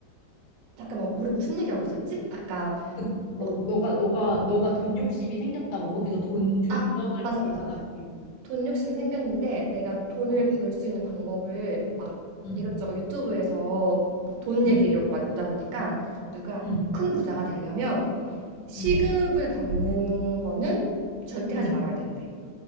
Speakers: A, on the right (about 70°); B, on the left (about 80°).
A: 잠깐만 우리 무슨 얘기하고 있었지? 아까
B: 그,
A: 막
B: 어, 너가, 너가, 너가 돈 욕심이 생겼다고 거기서 돈 들어갈
A: 아 맞아
B: 일이
A: 맞아
B: 많아가지고.
A: 맞아 돈 욕심이 생겼는데 내가 돈을
B: 어,
A: 벌 수 있는 방법을 막
B: 응,
A: 이것저것 유튜브에서 막 돈
B: 응,
A: 얘기 이런 걸 많이 보다 보니까 누가
B: 응,
A: 큰 부자가 되려면 시급을
B: 응,
A: 받는 거는 절대
B: 응.
A: 하지 말아야 된대.